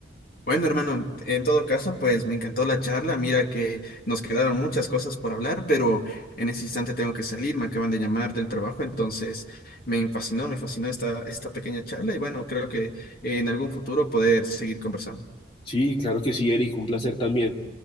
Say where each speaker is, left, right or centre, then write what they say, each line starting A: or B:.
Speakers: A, on the left; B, on the left.
A: Bueno, hermano, en todo caso, pues me encantó la charla. Mira que nos quedaron muchas cosas por hablar, pero en ese instante tengo que salir, me acaban de llamar del trabajo, entonces me fascinó, me fascinó esta, esta pequeña charla y bueno, creo que en algún futuro poder seguir conversando.
B: Sí, claro que sí, Eric, un placer también.